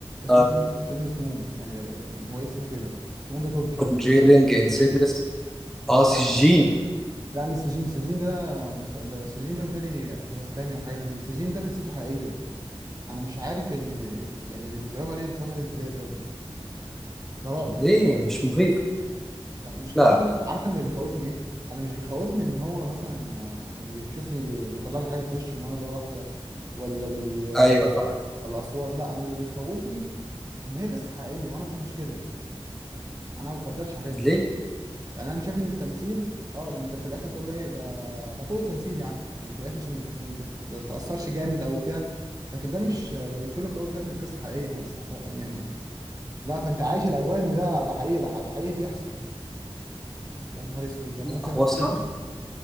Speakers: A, on the right; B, in the centre.
A: اسمه
B: اه
A: فيلم فيلم سموم يعني يعني هو اسمه كده سموم ده تركي
B: كونجيرنج انسيديوس اه سجين
A: لا لا مش سجين سجين ده مس- ده سجين ده متهيألي أفغانستاني وحاجات من دي سجين ده قصته حقيقية أنا مش عارف ال... يعني اللي بيتفرجوا عليه ده بيتفرجوا عليه إزاي بجد ده رعب
B: ليه
A: رعب.
B: مش مخيف
A: لا مش
B: لا
A: عارف
B: لا
A: أنا عارف أنا اللي بيخوفني إيه أنا مش بيخوفني إن هو مثلا آه، إن بيشوف لي بي... بيطلع لي حاجة في وشي مرة واحدة ولا بي... آه،
B: ايوه فاهم
A: الأصوات لا أنا اللي بيخوفني إن هي قصة حقيقية وأنا ما بحبش كده أنا ما بفضلش الحاجات دي
B: ليه
A: يعني انا شايف ان التمثيل اه ده انت في الاخر تقول له ايه ده ده كله تمثيل يا عم يعني في الاخر عشان ما تز- ما تت- تتاثرش جامد او بتاع لكن ده مش ده بيكتب لك في الاول بتاع ان القصه حقيقيه ما استحق يعني لا فانت عايش الاجواء ان ده ده حقيقي ده, ح- ده حقيقي بيحصل يا نهار اسود ده انا
B: لا
A: ممكن اموت
B: هو صعب
A: فيها